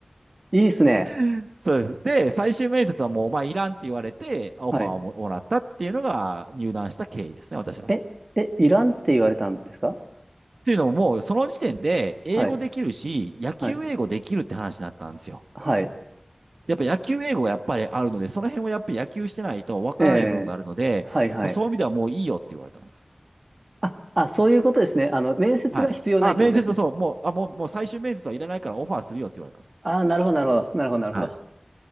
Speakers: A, on the right; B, on the right.
A: いいっすね。
B: <laughs> そうです。で、最終面接はもうお前いらんって言われて、オファーをもらったっていうのが入団した経緯ですね、
A: はい。
B: 私は。
A: え、え、いらんって言われたんですか
B: っていうのももうその時点で英語できるし、
A: はい。
B: 野球英語できるって話になったんですよ。
A: はい。はい。
B: やっぱ野球英語がやっぱりあるので、その辺をやっぱり野球してないとわからない部分があるので、
A: ええ、はい。はい。
B: そういう意味ではもういいよって言われたんです。
A: あ、あ、そういうことですね。あの、面接が必要ないってことですね。
B: はい。あ、面接はそう、もう、あ、もう、もう最終面接はいらないからオファーするよって言われたんです。
A: ああ、なるほど、なるほど。なるほど、なるほど。
B: はい。